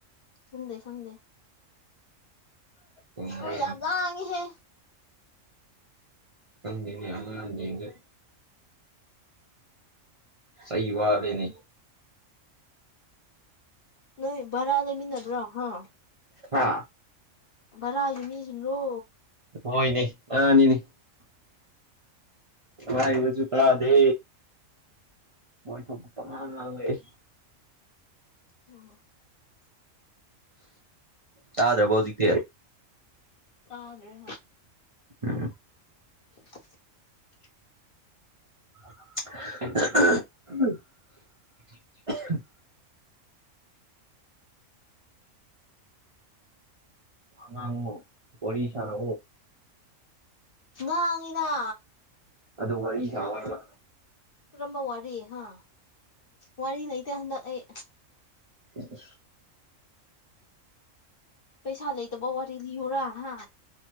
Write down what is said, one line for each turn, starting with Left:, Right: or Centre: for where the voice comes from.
Left: ꯈꯪꯗ‌ꯦ ꯈꯪꯗ‌ꯦ
Right: ꯎꯝ
Left: ꯌꯥꯝ ꯂꯥꯡꯉꯤꯍꯦ
Right: ꯈꯪꯗꯦꯅꯦ ꯑꯉꯥꯡ ꯁꯤꯡꯖ ꯆꯩ ꯋꯥꯠꯂꯤꯅꯦ
Left: ꯅꯣꯏ ꯚꯔꯥ ꯂꯩꯃꯤꯟꯅꯕ꯭ꯔꯣ ꯍꯥ
Right: ꯍꯥ
Left: ꯕꯔꯥꯒꯤ ꯃꯤꯁꯤꯡꯔꯣ
Right: ꯍꯣꯏꯅꯦ ꯑꯥꯅꯤꯅꯤ ꯍꯥꯏꯕꯥ ꯁꯨ ꯇꯥꯗꯦ ꯃꯣꯏ ꯊꯣꯛꯄ ꯄ ꯆꯥꯡ ꯉꯥꯡꯂꯩ
Left: ꯑꯣ
Right: ꯇꯥꯗ꯭ꯔꯕ ꯍꯧꯖꯤꯛꯇꯤ
Left: ꯇꯒ꯭ꯔꯦ
Right: ꯎꯝ
Left: <unintelligible>
Right: <unintelligible> ꯋꯥꯃ ꯑꯣꯔꯤꯁꯥ ꯅ
Left: ꯉ ꯑꯉꯗ
Right: ꯑꯗꯨ ꯋꯥꯔꯤ ꯁꯥꯕ
Left: ꯔꯝꯕ ꯋꯥꯔꯤ ꯍꯥ ꯋꯥꯔꯤ ꯂꯩꯇ ꯍꯟꯗꯛ ꯑꯩ
Right: ꯎ
Left: ꯄꯩꯁꯥ ꯂꯩꯇꯕ ꯋꯥꯔꯤ ꯂꯤꯌꯨꯔꯥ ꯍꯥ